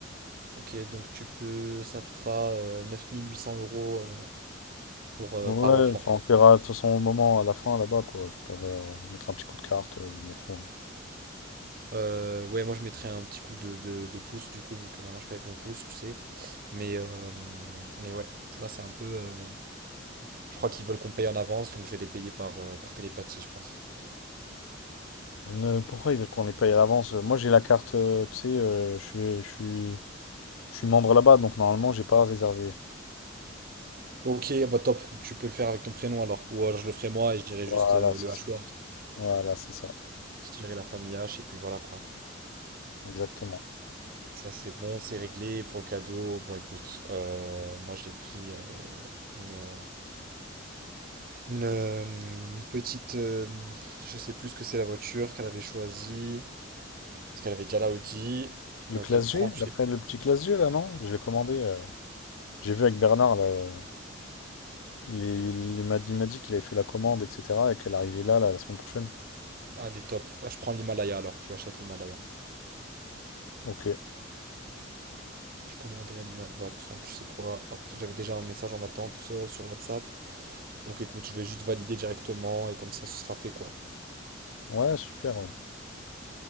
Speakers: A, on the right; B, on the left.
A: Ok, donc tu peux. Ça fera 9800 euros euh, pour, euh,
B: Ouais,
A: par enfant.
B: enfin, on paiera de toute façon au moment, à la fin, là-bas, quoi. Je paierai, euh, je mettrai un petit coup de carte, euh, je m'en fous. ouais.
A: Euh, ouais, moi je mettrais un petit coup de, de, de pouce du coup, vu que maintenant je paye avec mon pouce, tu sais. Mais, euh, mais ouais, là c'est un peu. euh, je crois qu'ils veulent qu'on paye en avance, donc je vais les payer par, euh, par télépathie, je pense.
B: Ne- pourquoi ils veulent qu'on les paye à l'avance? Moi, j'ai la carte, euh, tu sais, euh, je suis, je suis, je suis membre là-bas, donc normalement, j'ai pas à réserver.
A: Ok, bah top, tu peux le faire avec ton prénom alors. Ou alors je le ferai moi et je dirai
B: Voilà,
A: juste euh,
B: c'est
A: le H-word.
B: ça. Voilà, c'est ça.
A: Je dirai la famille H et puis voilà quoi.
B: Exactement.
A: Ça c'est bon, c'est réglé pour le cadeau. Bon écoute, euh, moi je l'ai pris euh, une, une, euh, une petite. euh, je sais plus ce que c'est la voiture qu'elle avait choisie. Parce qu'elle avait déjà la Audi,
B: Le
A: euh,
B: classe
A: qu'elle prend,
B: G,
A: tu
B: l'après
A: sais.
B: le petit classe G, là, non? Je l'ai commandé. euh, J'ai vu avec Bernard, là, il, il m'a il m'a dit qu'il avait fait la commande, etc. et qu'elle arrivait là, là, la semaine prochaine.
A: Ah, des tops. Ah, je prends l'Himalaya alors, je lui achète l'Himalaya.
B: Ok.
A: Donc, Je commanderai l'Himalaya. Bah, de toute façon, tu sais quoi, hop, j'avais déjà un message en attente euh, sur WhatsApp. Donc écoute, je vais juste valider directement et comme ça, ce sera fait quoi.
B: Ouais, super, ouais.